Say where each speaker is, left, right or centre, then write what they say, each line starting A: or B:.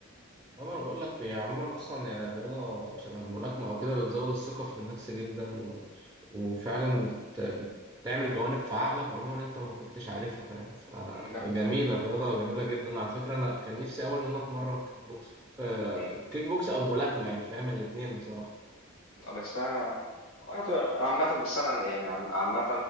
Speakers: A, on the right (about 15°); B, on the left (about 85°).
A: عموما انا بقول لك هي عموما اصلا يعني الرياضه شبه الملاكمه او كده بتزود الثقه في النفس جدا و... وفعلا بت... بتعمل جوانب في عقلك عموما انت ما كنتش عارفها فاهم فجميله
B: ده-
A: الرياضه جميله جدا على فكره انا كان نفسي اول ان انا اتمرن كيك بوكس آه،
B: مم.
A: كيك بوكس او ملاكمه يعني فاهم الاتنين بصراحه
B: آه، بس انا أنا عامة بس انا يعني عم- عامة